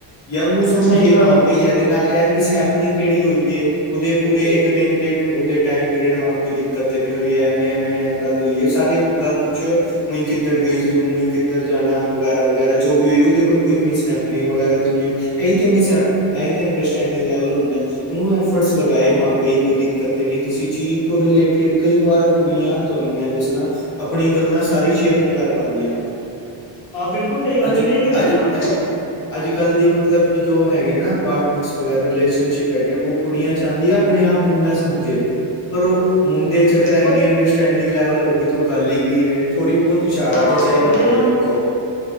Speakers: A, on the left; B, on the left.
A: ਜਾਂ ਤੁਮ
B: ਸਹੀ
A: ਜੀ ਨਾਲ
B: ਗੱਲ
A: ਕੋਈ
B: ਏ
A: ਇਹਦੇ ਨਾਲ ਇਹ ਮਿਸ ਹੈਪਨਿੰਗ ਕਿਹੜੀ ਹੋਈ ਹੈ ਉਹਦੇ ਪੂਰੇ ਇੱਕ ਦਿਨ ਉਹਦੇ ਟਾਈਮ ਪੀ ਰਿਹਾ ਕੋਈ ਦਿੱਕਤ ਨਹੀਂ ਹੋਈ ਐਵੇਂ ਐਵੇਂ ਇਹ ਗੱਲ ਹੋਏ ਹੈ ਸਾਰੇ ਕੱਲ ਪੁੱਛਿਓ ਮੀ ਕਿਧਰ ਗਈ ਸੀ ਮਈ ਕਿਧਰ ਜਾਣਾ ਵਗੈਰਾ ਵਗੈਰਾ ਜੋ ਵੀ ਹੋਈ ਉਹਦੇ ਕੋਲ ਕੋਈ ਮਿਸ ਹੈਪਨਿੰਗ ਵਗੈਰਾ ਤੋਂ ਨਹੀਂ ਹੋਈ ਇਹ ਕੇਹਦਿ ਸਾ, ਲਾਈਕ ਅੰਡਰ ਸਟੈਂਡਿੰਗ ਲੈਵਲ ਹੁੰਦਾ ਹੈ ਨਹੀ ਓਹ ਐਫਰਟਸ ਲਗਾਏ ਹਾਂ ਬਾਈ ਕੋਈ ਦਿੱਕਤ ਤੇ ਨਹੀਂ ਕਿਸੇ ਚੀਜ਼ ਤੋਂ ਰਿਲੇਟਿਡ ਕਈ ਵਾਰ ਕੁੜੀਆਂ ਤੁਹਾਨੂੰ ਮੈਂ ਦੱਸਣਾ ਆਪਣੀ ਗੱਲਾਂ ਸਾਰੀ ਸ਼ੇਅਰ ਨਹੀ ਕਰ ਪਾੰਦੀਆਂ
B: ਹਾਂ ਬਿਲਕੁਲ ਸਹੀ ਗੱਲ
A: ਅੱਜ
B: ਏ
A: ਇਕ
B: ਨਹੀਂ ਕਰਦੀਆਂ
A: ਅੱਜ ਅੱਜ ਇਕ ਅੱਜ ਕੱਲ੍ਹ ਦੀ ਮਤਲਬ ਕਿ ਜੋ ਹੈਗੇ ਨਾ ਪਾਰਟਨਰਸ ਵਗੈਰਾ ਰਿਲੇਸ਼ਨਸ਼ਿਪ ਹੈਗੇ ਉਹ ਕੁੜੀਆਂ ਚਾਹੁੰਦੀਆਂ ਆਪਣੇ ਆਪ ਮੁੰਡਾ ਸਮਝੇ ਪਰ ਉਹ ਮੁੰਡੇ ਚ ਅਗਰ ਇੰਨੀ
B: ਪਰ
A: ਅੰਡਰਸਟੈਂਡਿੰਗ ਲੈਵਲ ਹੋ ਗਈ, ਤੇ ਉਹ ਗੱਲ ਹੀ ਕੀ ਰਹੇ ਥੋੜੀ ਬਹੁਤ ਇਸ਼ਾਰਾ ਤੇ
B: <inaudible> ਹੁੰਦਾ
A: ਚਾਹੀਦਾ ਦੇਖੋ